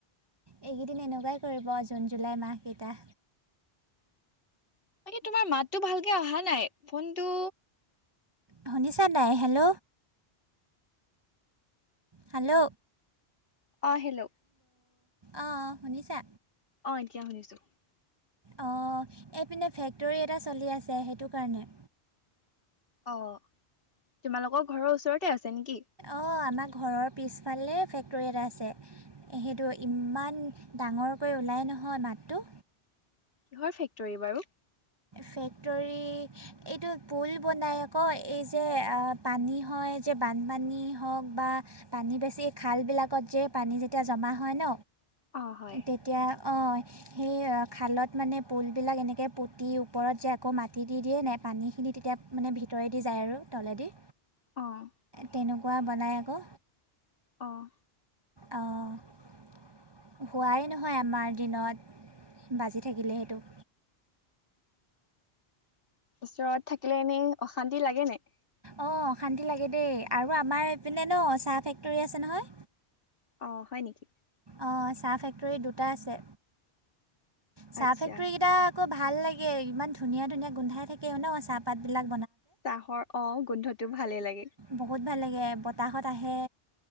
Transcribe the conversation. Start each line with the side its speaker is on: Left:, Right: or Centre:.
Right: এইকেইদিন এনেকুৱাই কৰিব জুন জুলাই মাহকেইটা।
Left: বাকি তোমাৰ মাতটো ভালকে অহা নাই ফোনটো।
Right: শুনিছা নাই হেল্ল'। হেল্ল'।
Left: অহ হেল্লো।
Right: আহ শুনিছা।
Left: অঁ এতিয়া শুনিছোঁ।
Right: অ' এইপিনে ফেক্টৰী এটা চলি আছে। সেইটো কাৰণে
Left: অ' তোমালোকৰ ঘৰৰ ওচৰতে আছে নেকি?
Right: অঁ আমাৰ ঘৰৰ পিছফালে ফেক্টৰী এটা আছে। সেইটো ইমান ডাঙৰকৈ ওলাই ন নহয় মাতটো
Left: কিহৰ ফেক্টৰী বাৰু?
Right: ফেক্টৰী এইটো পুল বনাই আকৌ এই যে পানী হয়। বানপানী হাওক বা পানী বেছি খালবিলাক যে পানী যেতিয়া জামা হয় ন।
Left: অ হয়
Right: তেতিয়া অ' সেই খালত মানে পুল বিলাক এনেকে পুট মাটিৰ ওপৰত যে আকৌ মাটি দি দিয়ে নে পানীখিনি তেতিয়া মানে ভিতৰেদি যায় আৰু তলেদি
Left: অ'
Right: তেনেকুৱা বনাই আকৌ
Left: অ'
Right: অহ। হোৱাই নহয় আমাৰ দিনত বাজি থাকিলে সেইটো।
Left: <inaudible> ওচৰত থাকিলে এনেই অশান্তি লাগে নাই।
Right: অ অ শান্তি লাগে দেই আৰু আমাৰ এইপিনে ন চাহ ফেক্টৰী আছে নহয়।
Left: অঁ হয় নেকি?
Right: অ চাহ ফেক্টৰী দুটা আছে চাহ
Left: আচ্ছা
Right: ফেক্টৰী কেইটা। ভাল লাগে ইমান ধুনীয়া ধুনীয়া গোন্ধাই থাকে ন চাহপাত বিলাক।
Left: চাহৰ অ গোন্ধটো ভালে লাগে।
Right: বহুত ভাল লাগে বতাহত আহে।